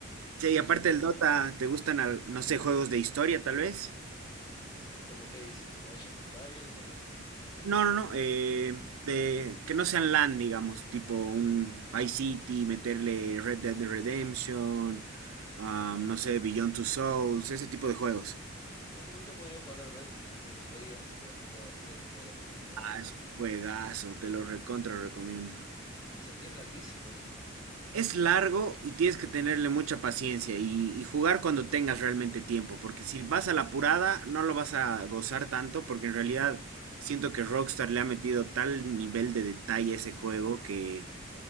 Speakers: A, on the right (about 85°); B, on the left (about 20°).
A: Che,
B: Mira,
A: y aparte del Dota, ¿te gustan, al- no sé, juegos de historia tal vez?
B: como qué dices, como Age of Empires, algo así.
A: No, no, no. eh, de, que no sean LAN, digamos, tipo un Vice City, meterle Red Dead Redemption, ah, no sé, Beyond Two Souls, ese tipo de juegos.
B: Nu- nunca he podido jugar al Red, me gustaría, pero nunca, nunca he tenido la oportunidad.
A: Ah, es juegazo, te lo recontra recomiendo.
B: Dicen que es larguísimo, ¿no?
A: Es largo y tienes que tenerle mucha paciencia y, y jugar cuando tengas realmente tiempo, porque si vas a la apurada no lo vas a gozar tanto, porque en realidad siento que Rockstar le ha metido tal nivel de detalle a ese juego que